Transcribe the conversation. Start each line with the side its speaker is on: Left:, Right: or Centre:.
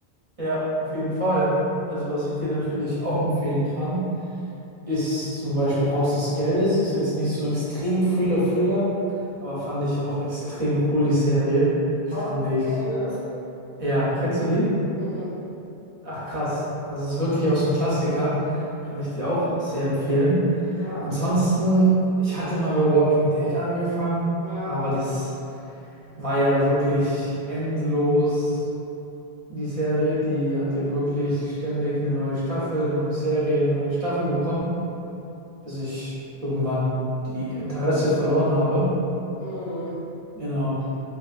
Right: Ja, auf jeden Fall. Also was ich dir natürlich auch empfehlen kann. ist zum Beispiel Haus des Geldes, ist jetzt nicht so extrem Thriller-Thriller, aber fand ich auch extrem cool, die Serie. Ich
Left: Haus
Right: fand
Left: des
Right: ich,
Left: Geldes.
Right: ja, kennst du die?
Left: Mhm.
Right: Ach krass, das ist wirklich auch so ein Klassiker, kann ich dir auch sehr empfehlen.
Left: Ja,
Right: Ansonsten, ich hatte mal bei Walking Dead angefangen,
Left: ja,
Right: aber
Left: okay.
Right: das war ja wirklich endlos. Die Serie, die
Left: Ähm,
Right: hat ja wirklich ständig eine neue Staffel, neue Serien, neue Staffel bekommen. bis ich irgendwann die Interesse verloren habe.
Left: hm.
Right: Genau.